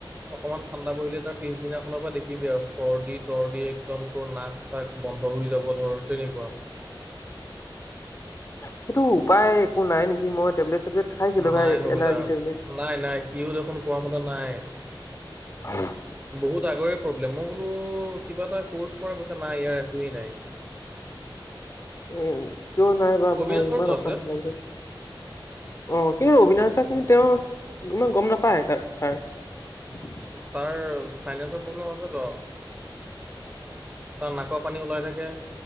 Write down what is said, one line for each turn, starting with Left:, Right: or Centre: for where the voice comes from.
Right: অকণমান ঠাণ্ডা বহিলে তাৰ পিছদিনাখনৰ পৰা দেখিবি আৰু চৰ্দি তৰ্দি একদম তোৰ নাক চাক বন্ধ হৈ যাব ধৰ তেনেকুৱা।
Left: সেইটো উপায় একো নাই নেকি মই টেবলেট চেবলেট খাইছিলো ভাই
Right: নাই হ'বলা
Left: এলাৰ্জি টেবলেট।
Right: নাই নাই সিও দেখোন কোৱা মতে নাই।
Left: <inaudible>
Right: বহুত আগৰেই প্ৰব্লেম মই বোলো কিবা এটা ক'ৰ্চ কৰা কৈছ নাই ইয়াৰ একোৱেই নাই।
Left: এ কিয় নাই বা
Right: অবিনাশৰটো
Left: ভাই ইমান অশান্তি
Right: আছে
Left: লাগি থাকে। অ', কিন্তু অবিনাশা দাৰ কিন্তু তেওঁ ইমান গম নাপায় তাৰ। <inaudible>
Right: তাৰ চাইনেছৰ প্ৰব্লেম আছেটো তাৰ নাকৰ পানী ওলাই থাকে।